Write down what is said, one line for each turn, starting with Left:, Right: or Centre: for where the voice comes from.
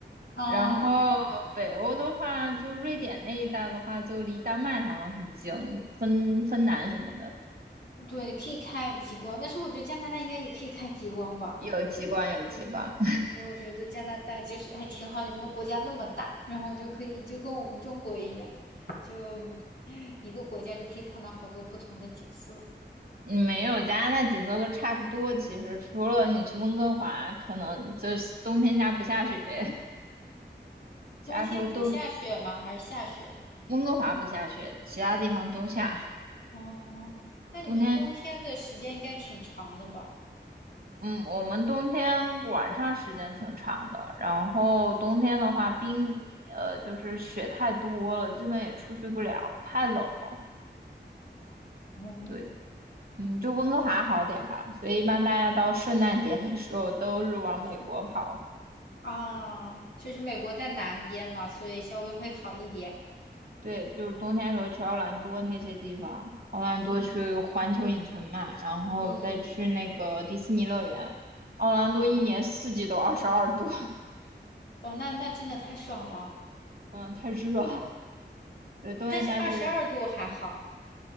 Left: 嗯，
Right: 然后北欧的话，就瑞典那一带的话，就离丹麦他们很近，芬芬兰什么的
Left: 对，可以看极光，但是我觉得加拿大应该也可以看极光吧？
Right: 有极光，有极光。<laughs>
Left: 对，我觉得加拿大就是还挺好，你们国家那么大，然后就可以就跟我们中国一样，就 <sighs> 一个国家就可以看到好多不同的景色。
Right: 嗯没有加拿大景色都差不多，其实除了你去温哥华，可能就是冬天家不下雪，<laughs> 其他时候都
Left: 冬天不下雪吗？还是下雪？
Right: 温哥华不下雪，其他地方都下。
Left: 哦，那你们冬天的时间应该挺长的吧？
Right: 冬天，嗯，我们冬天晚上时间挺长的，然后冬天的话冰，呃，就是雪太多了，基本也出去不了，太冷了。
Left: 哦，
Right: 对，嗯，就温哥华好点吧，所以一般大家到圣诞节的时候都是往美国跑。
Left: 我去，啊，就是美国在南边嘛，所以稍微会好一点。
Right: 对，就是冬天的时候去奥兰多那些地方，奥兰多去环球影城嘛，
Left: 嗯。
Right: 然后再去那个迪士尼乐园。
Left: 嗯，
Right: 奥兰多一年四季都二十二度，
Left: 哦，哇，那那真的太爽了。
Right: <laughs> 嗯，太热了。对，冬天家就是
Left: 但是二十二度还好。